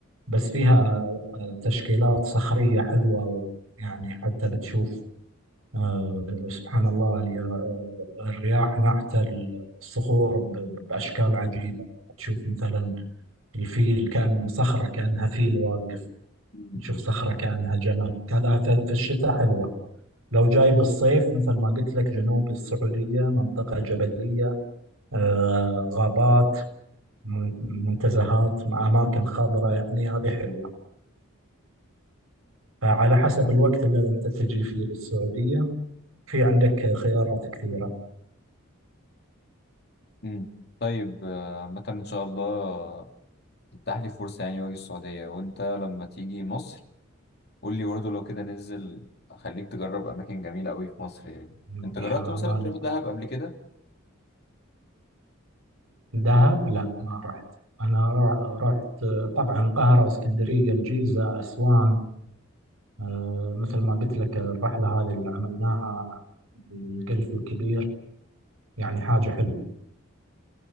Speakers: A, on the right; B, on the left.
A: بس فيها آه، تشكيلات صخرية حلوة يعني حتى بتشوف آه، سبحان الله هي آه، الرياح ناحت الصخور ب- بأشكال عجيبة تشوف مثلا الفيل كأنه صخرة كأنها فيل واقف
B: مم.
A: تشوف صخرة كأنها جمل كذا في في الشتاء حلوة لو جاي بالصيف مثل ما قلت لك جنوب السعودية منطقة جبلية آه، غابات من- منتزهات مع أماكن خضراء يعني هذه حلوة فعلى حسب الوقت اللي أنت تجي فيه للسعودية في عندك خيارات كثيرة
B: امم طيب آه، عامة ان شاء الله تتاح لي فرصة يعني واجي السعودية وانت لما تيجي مصر قول لي برضه لو كده ننزل اخليك تجرب اماكن جميلة قوي في مصر يعني
A: إن
B: انت جربت
A: شاء
B: مثلا
A: الله أنا-
B: تروح دهب قبل كده
A: دهب لا ما رحت أنا را- رحت طبعا القاهرة اسكندرية الجيزة أسوان آه، مثل ما قلت لك الرحلة هذه اللي عملناها القلف الكبير يعني حاجة حلوة